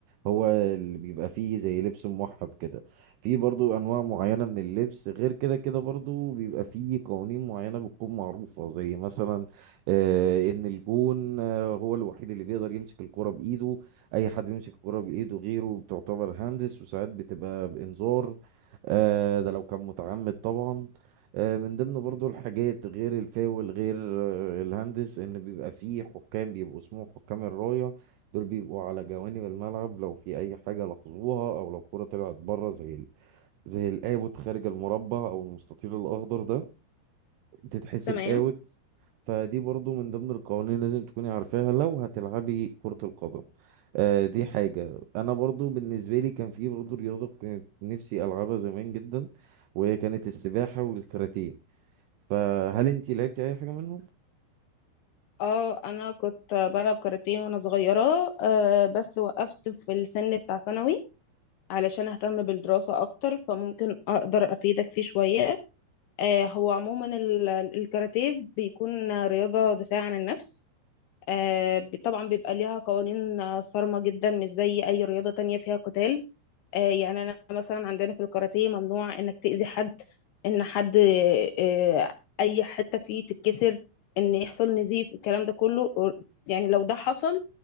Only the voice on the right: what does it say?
هو اللي بيبقى فيه زي لبس موحد كده في برضو انواع معينه من اللبس غير كده كده برضو بيبقى فيه قوانين معينه بتكون معروفه زي مثلا آه، ان الجون آه، هو الوحيد اللي بيقدر يمسك الكرة بايده اي حد يمسك الكرة بايده غيره بتعتبر هندس وساعات بتبقى بانذار آه، ده لو كان متعمد طبعا آه، من ضمن برضو الحاجات غير الفاول غير آه، الهندس ان بيبقى فيه حكام بيبقوا اسمهم حكام الراية دول بيبقوا على جوانب الملعب لو في اي حاجة لاحظوها او لو الكرة طلعت بره زي ال- زي القابض خارج المربع او المستطيل الاخضر ده تتحسب
اوت فدي برضو من ضمن القوانين اللي لازم تكوني عارفاها لو هتلعبي كرة القدم آه دي حاجة أنا برضو بالنسبة لي كان في برضو رياضة كنت نفسي ألعبها زمان جدا وهي كانت السباحة والكاراتيه فهل أنتي لعبتي أي حاجة منهم؟